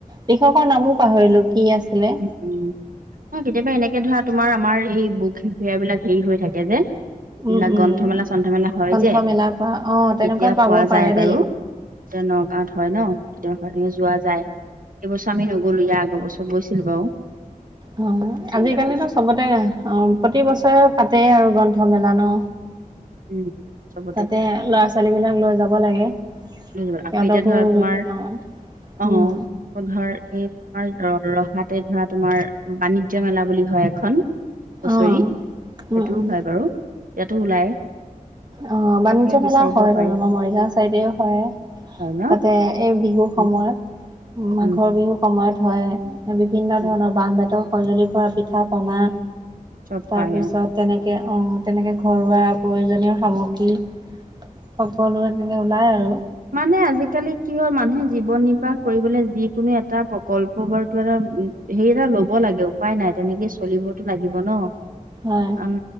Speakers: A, on the right; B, on the right.
A: লিখকৰ নামবোৰ পাহৰিলো কি আছিলে।
B: উম, উম। কেতিয়াবা এনেকে ধৰা তোমাৰ আমাৰ এই বুক ফেয়াৰ বিলাক হেৰি হৈ থাকে যে। এইবিলাক
A: উম উম
B: গ্ৰন্থমেলা চ্ৰন্থমেলা হয়
A: গ্ৰন্থমেলাৰ
B: যে
A: পৰা অ তেনেকুৱাত
B: কেতিয়া
A: পাব
B: পোৱা
A: পাৰে
B: যায় বাৰু
A: দেই
B: এতিয়া নগাঁৱত হয় ন হয় যোৱা যায়। এইবছৰ আমি নগ'লো ইয়া আগৰ বছৰ গৈছিলো বাৰু
A: অ
B: গৈছিলো
A: আজিকালিতো
B: ইয়াৰ আগৰ বছৰ,
A: চবতে অ প্ৰতি বছৰে পাতেই আৰু গ্ৰন্থমেলা ন
B: উম। চবতে
A: তাতে ল'ৰা ছোৱালী বিলাক লৈ যাব লাগে।
B: লৈ যাব
A: সিহঁতকো
B: আকৌ এতিয়া ধৰা তোমাৰ
A: বিভিন্ন
B: অ
A: উম
B: ধৰ এই পাৰ ৰহাত তাতে ধৰা তোমাৰ বাণিজ্য মেলা বুলি হয় এখন। হুঁচৰিত
A: অ
B: সেইটোও
A: উম উম
B: হয় বাৰু ইয়াতো ওলাই।
A: অ বাণিজ্য
B: গতিকে বিচাৰিব
A: মেলা হয়
B: পাৰি,
A: বাৰু আমাৰ মৰিগাওঁ চাইডেও হয়।
B: হয় ন?
A: তাতে এই বিহুৰ সময়ত
B: উম,
A: মাঘৰ
B: উম,
A: বিহুৰ সময়ত হয়। বিভিন্ন
B: উম,
A: ধৰণৰ বাঁহ বেতৰ সঁজুলিৰ পৰা পিঠা পনা
B: চব
A: তাৰপিছত
B: পায় অ'।
A: তেনেকে অ তেনেকে ঘৰুৱা প্ৰয়োজনীয় সামগ্ৰী। সকলোৰে তেনেকে ওলাই আৰু
B: মানে আজিকালি কি হল মানুহে, জীৱন নিৰ্বাহ কৰিবলৈ যি কোনো এটা প্ৰকল্প বা কিবা এটা উ হেৰী এটা লব লাগে উপায় নাই। তেনেকে চলিবতো লাগিব ন।
A: হয়
B: কাৰণ